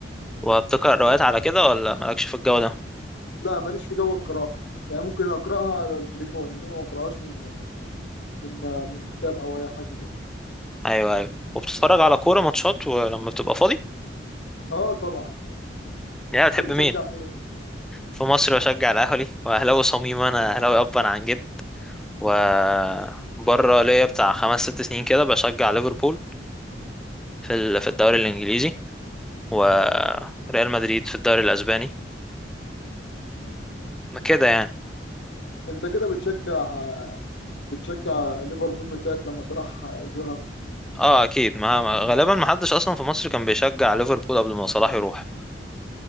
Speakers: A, in the centre; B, on the left (about 75°).
A: وبتقرأ روايات على كده ولا مالكش في الجو ده
B: لا ماليش في جو القراءه يعني ممكن اقراها على التليفون انما ما اقراهاش من من من من كتاب او اي حاجه كده
A: ايوه ايوه وبتتفرج على كورة ماتشات ولما بتبقى فاضي
B: اه طبعا
A: يعني
B: انت
A: بتحب
B: بتشجع
A: مين
B: مين
A: في مصر بشجع الاهلي واهلاوي صميم انا اهلاوي ابا عن جد و بره ليا بتاع خمس ست سنين كده بشجع ليفربول في ال- في الدوري الانجليزي وريال مدريد في الدوري الاسباني ما كده يعني
B: انت كده بتشجع بتشجع ليفربول من ساعه لما صلاح ظهر
A: اه اكيد ما ما- غالبا ما حدش اصلا في مصر كان بيشجع ليفربول قبل ما صلاح يروح